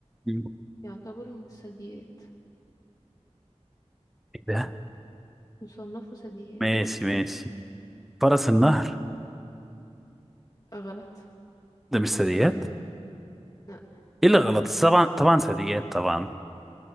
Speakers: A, in the centre; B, on the left.
A: مم.
B: يعتبروا من الثدييات
A: إيه ده
B: يصنفوا ثدييات
A: ماشي ماشي فرس النهر
B: آه، غلط
A: ده مش ثدييات
B: لا
A: ايه اللي غلط طبعا طبعا ثدييات طبعا